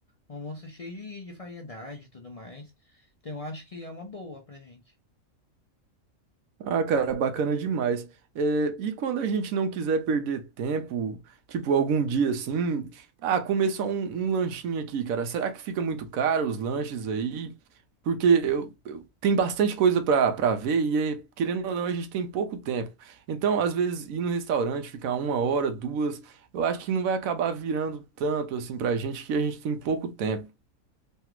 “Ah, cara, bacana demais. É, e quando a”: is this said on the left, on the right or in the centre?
Right